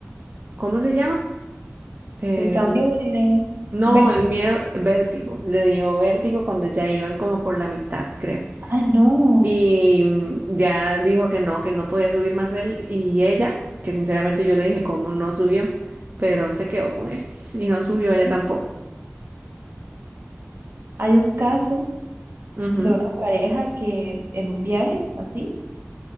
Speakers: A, on the right; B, on the right.
A: ¿cómo se llama? El-
B: El cambio de
A: no,
B: vértigo.
A: el miedo, vértigo. Le dio vértigo cuando ya iban como por la mitad, creo.
B: Ay, no.
A: Y mm, ya dijo que no, que no podía subir más él y ella, que sinceramente yo le dije cómo no subió, pero se quedó con él <laughs> y no subió ella tampoco.
B: Hay un caso
A: Ujú.
B: de una pareja que en un viaje así.